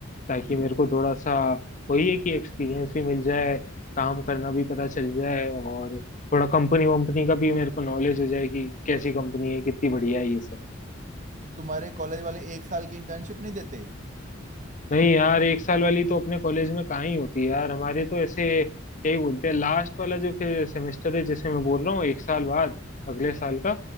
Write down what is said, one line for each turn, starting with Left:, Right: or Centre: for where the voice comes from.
Left: ताकि मेरे को थोड़ा सा वही है कि एक्सपीरियंस भी मिल जाए काम करना भी पता चल जाए और थोड़ा कंपनी वंपनी का भी मेरे को नॉलेज हो जाए कि कैसी कंपनी है कितनी बढ़िया है ये सब
Right: तुम्हारे कॉलेज वाले एक साल की इंटर्नशिप नहीं देते
Left: नहीं यार एक साल वाली तो अपने कॉलेज में कहाँ ही होती है यार हमारे तो ऐसे क्या ही बोलते हैं लास्ट वाला जो फिर सेमेस्टर है जिसे मैं बोल रहा हूँ एक साल बाद अगले साल का